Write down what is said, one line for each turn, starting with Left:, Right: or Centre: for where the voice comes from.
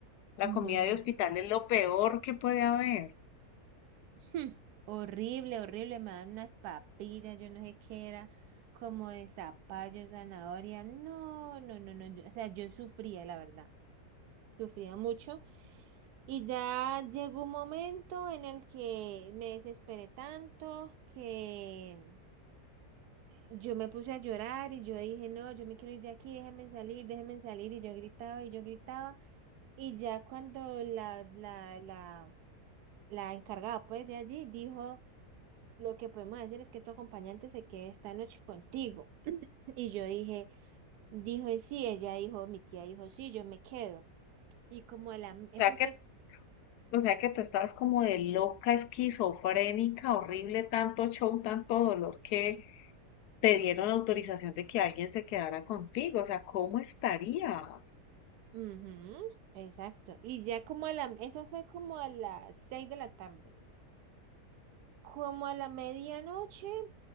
Left: La
Right: No.
Left: comida de hospital es lo peor que puede haber.
Right: <laughs> Hmm, Horrible, horrible, me daban unas papillas, yo no sé qué era, como de zapallo, zanahoria, no, no, no, no, yo- o sea, yo sufría, la verdad, sufría mucho. Y ya llegó un momento en el que me desesperé tanto que yo me puse a llorar y yo dije, no, yo me quiero ir de aquí, déjenme salir, déjenme salir, y yo gritaba y yo gritaba. Y ya cuando la, la, la, la encargada pues de allí dijo, lo que podemos hacer es que tu acompañante se quede esta noche contigo. <laughs> Y yo dije, dijo, "Y sí, ella dijo, mi tía dijo, sí, yo me quedo. Y como a la,
Left: O
Right: eso
Left: sea que,
Right: fue,
Left: o sea que tú estabas como de loca, esquizofrénica, horrible, tanto show, tanto dolor que te dieron autorización de que alguien se quedara contigo. O sea, ¿cómo estarías?
Right: ujú, exacto. Y ya como a la, eso fue como a las seis de la tarde. Como a la medianoche,